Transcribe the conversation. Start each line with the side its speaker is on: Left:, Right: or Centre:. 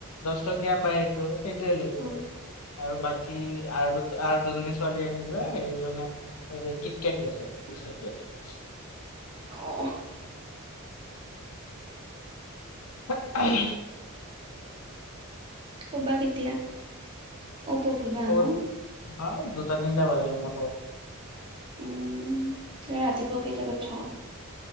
Left: দশ ত গেপ বা এইটো সেইটোৱে লৈছে।
Right: উম।
Left: আৰু বাকী আৰু দু আৰু দুজনী ছোৱালী আহিছে যে সেইজনে হেৰি কিট কেট লৈছে। <unintelligible>
Right: অহ।
Left: হে এম
Right: শুবা কেতিয়া? অ পঢ়িবা
Left: ক'ত
Right: ন।
Left: হয় দুটা তিনটা ভাগে ম <inaudible>
Right: উম, ৰাতিপুৱা কেইটাত উঠা?